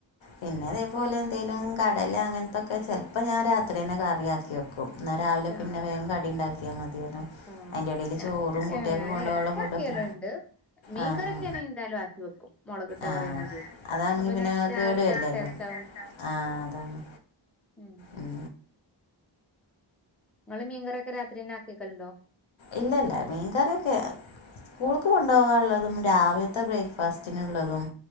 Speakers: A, on the left; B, in the centre.
A: പിന്നെ അതേപോലെ എന്തേങ്കലും കടല അങ്ങനത്തൊക്കെ ചെലപ്പോ ഞാൻ രാത്രി തന്നെ കറിയാക്കി വെക്കും ന്നാ രാവിലെ പിന്നെ
B: ആഹ്
A: വേം കടിണ്ടാക്ക്യാ മത്യേലോ
B: ആഹ്
A: അതിറെ ഇടയില്
B: ഞാ
A: ചോറും കുട്ട്യാൾക്ക്
B: ഏഹ് ഞാന്
A: കൊണ്ടുപോവാനുള്ള
B: എടക്കാക്കിയലുണ്ട്
A: ഫുഡൊക്കെ
B: മീൻകറിയൊക്കെ
A: ആഹ്
B: ആണെങ്കി എന്തായാലും ആക്കി വെക്കും മുളകിട്ട
A: ആഹ്
B: കറിയാണെങ്കി
A: അതാണെങ്കി
B: അപ്പൊ
A: പിന്നെ
B: രാവിലത്തേക്ക്
A: കേടു വരില്ലല്ലോ
B: ടേസ്റ്റ് ആവും
A: ആഹ് അതാണ്
B: ഉം
A: ഉം
B: നിങ്ങള് മീൻകറി ഒക്കെ രാത്രി തന്നെ ആക്കിക്കലുണ്ടോ
A: ഇല്ല ഇല്ല മീൻകറൊക്കെ സ്കൂൾക്ക് കൊണ്ടുപോകറുള്ളതും രാവിലത്തെ ബ്രേക്ക്ഫാസ്റ്റിനുള്ളതും